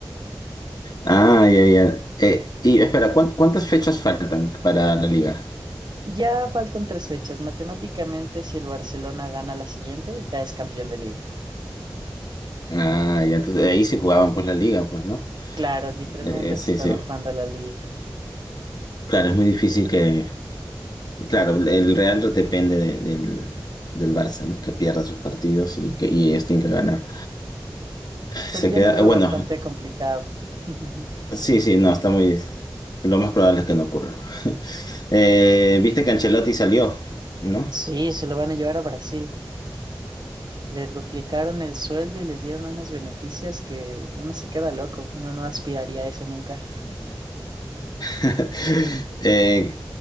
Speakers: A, on the left (about 55°); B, on the right (about 60°).
A: Ah, ya, ya. Eh, y espera, ¿cuán- ¿cuántas fechas faltan para la liga?
B: Ya faltan tres fechas. Matemáticamente, si el Barcelona gana la siguiente, ya es campeón de liga.
A: Ah, ya, entonces ahí sí jugaban pues la liga, pues, ¿no?
B: Claro, literalmente
A: Eh, eh, sí,
B: se estaban
A: sí.
B: jugando a la liga,
A: Claro, es muy difícil que... Claro, el Real depende de- del, del Barça, ¿no? Que pierda sus partidos y que y ellos tienen que ganar.
B: pero
A: Se
B: yo
A: queda...
B: lo veo
A: eh, Bueno,
B: bastante complicado. <laughs>
A: sí, sí, no, está muy... Lo más probable es que no ocurra. <laughs> Eh, viste que Ancelotti salió, ¿no?
B: Sí, se lo van a llevar a Brasil. Le duplicaron el sueldo y les dieron unos beneficios que uno se queda loco, uno no aspiraría a eso nunca.
A: <laughs> Eh,